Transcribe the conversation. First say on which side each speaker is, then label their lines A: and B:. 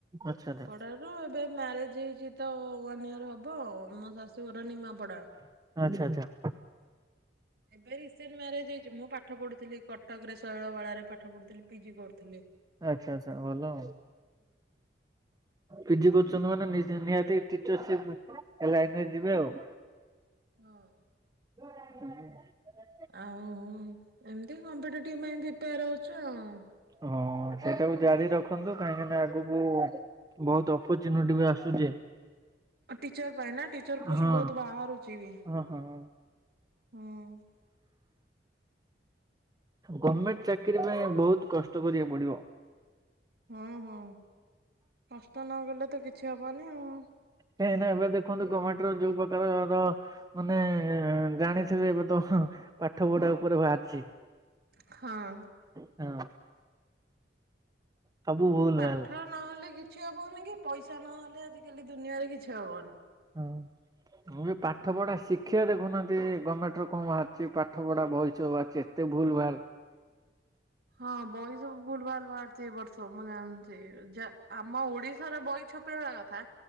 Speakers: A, on the right; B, on the right.
A: ଆଚ୍ଛା! ଆଚ୍ଛା
B: ପଢ଼ା ରୁ ଏବେ ମ୍ୟାରେଜ ହେଇଛି ତ ଭଗବାନ ଦୟାରୁ ହବ ମୋ ଶାଶୁଘର ନିମାପଡ଼ା।
A: ଆଚ୍ଛା! ଆଚ୍ଛା!
B: ଏବେ ରିସେଣ୍ଟ ମ୍ୟାରେଜ ହେଇଛି। ମୁଁ ପାଠ ପଢ଼ୁଥିଲି କଟକରେ ଶୈଳବାଳା ରେ ପାଠ ପଢ଼ୁଥିଲି ପିଜି କରୁଥିଲି।
A: ଆଚ୍ଛା! ଆଚ୍ଛା! ଭଲ ଆଉ। ପିଜି କରୁଛନ୍ତି ମାନେ ନିହାତି ଟିଚରସିପ ଲାଇନରେ ଯିବେ ଆଉ।
B: ହଁ।
A: ଉଁ
B: ଆଉ ଏମିତି କମ୍ପିଟେଟିଭ୍ ପାଇଁ ପ୍ରିପେୟାର ହେଉଛୁ ଆଉ।
A: ହଁ ସେଇଟାକୁ ଜାରି ରଖନ୍ତୁ କାହିଁକିନା ଆଗକୁ ବହୁତ ଅପର୍ଚ୍ୟୁନିଟି ବି ଆସୁଛି।
B: ଟିଚର ପାଇଁ ନା ଟିଚର ପୋଷ୍ଟ
A: ହଁ
B: ବହୁତ ବାହାରୁଛି ବି।
A: ହଁ ହଁ।
B: ହୁଁ।
A: ଗର୍ମେଣ୍ଟ ଚାକିରୀ ପାଇଁ ବହୁତ କଷ୍ଟ କରିବାକୁ ପଡ଼ିବ।
B: ହଁ- ହଁ କଷ୍ଟ ନକଲେ ତ କିଛି ହବନି ଆଉ।
A: କାହିଁକି ନା ଏବେ ଦେଖନ୍ତୁ ଗର୍ମେଣ୍ଟ ର ଯୋଉ ପ୍ରକାରର ମାନେ ଜାଣି ଥିବେ ଏବେ ତ ପାଠ ପଢ଼ା ଉପରେ ବାହାରିଛି
B: ହଁ।
A: ହଁ। ସବୁ ଭୁଲ
B: ପାଠ
A: ଭାଲ
B: ନହେଲେ କିଛି ହବନି କି ପଇସା ନହେଲେ ଆଜିକାଲି ଦୁନିଆରେ କିଛି ହବନି। <inaudible>
A: ହଁ। ମୁଁ ବି ପାଠ ପଢା ଶିକ୍ଷା ଦେଖୁନାହାନ୍ତି। ଗର୍ମେଣ୍ଟ ରୁ କଣ ବାହାରିଛି ପାଠ ପଢା ବହିଛବି ଭାହାରିଛି। ଟିକେ ଭୁଲ ଭାଲ।
B: <inaudible> ହଁ ବହି ସବୁ ଭୁଲ ଭାଲ ବାହାରିଛି ଏ ବର୍ଷ ମୁଁ ଜାଣିଛି ଯେ ଆମ ଓଡିଶାର ବହି। ଛପେଇବା କଥା